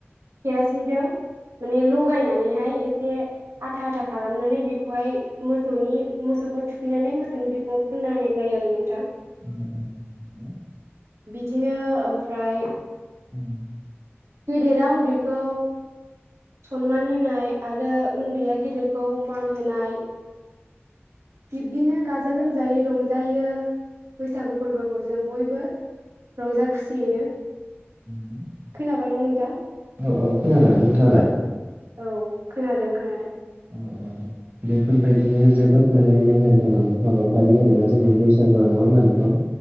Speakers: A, on the right; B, on the right.
A: केरासिनजों माने लगायनानैहाय एसे आथा आथा खालामनानै बेखौहाय मोसौनि मोसौखौ थुखैनानै मोसौनि बिखुङाव फुनना होनाय जायो आरो नोंथां।
B: उम उम नंगौ।
A: बिदिनो ओमफ्राय
B: उम।
A: गेदेरा उन्दैखौ सनमान होनाय आरो उन्दैया गिदिरखौ मान होनाय। बिब्दिनो गाजा गोमजायै रंजायो। बैसागु फोरबोखौ जों बयबो रंजा खुसियैनो
B: <inaudible>
A: खोनाबायना नोंथां?
B: औ औ खोनादों नोंथाङालाय?
A: औ खोनादों खोनादों।
B: औ औ। बेफोरबायदिनो जोबोद माने मेहेर गोनां हाबाफारि आरोना जोंनि बैसागुआ नङा होनबा नोंथां?